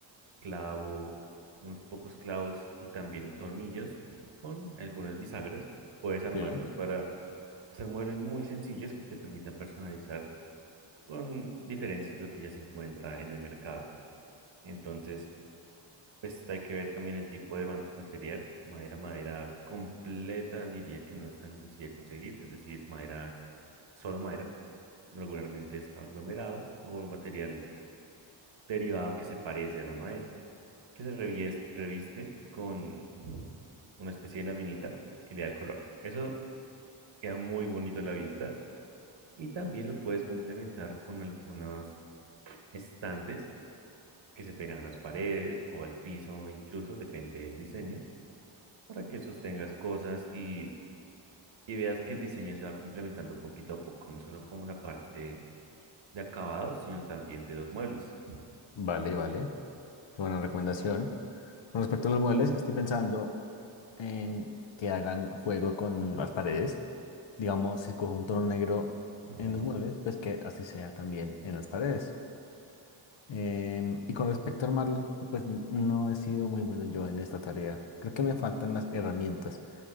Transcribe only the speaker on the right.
clavo, unos pocos clavos y también tornillos con algunas bisagras. Puedes armarlos
para hacer muebles muy sencillos que te permitan personalizar con diferencias de lo que ya se encuentra en el mercado. Entonces, pues hay que ver también el tipo de ma- material. Madera, madera completa, diría que no es tan sencilla de conseguir, es decir, madera, solo madera. Regularmente es aglomerado o material derivado que se parece a la madera. que se revies- reviste con una especie de laminita que le da el color. Eso queda muy bonito a la vista y también lo puedes complementar con algunos estantes que se pegan a las paredes o al piso, incluso depende del diseño, para que sostengas cosas y, y veas que el diseño se va complementando poquito a poco, no solo como la parte de acabados, sino también de los muebles.
Ujú,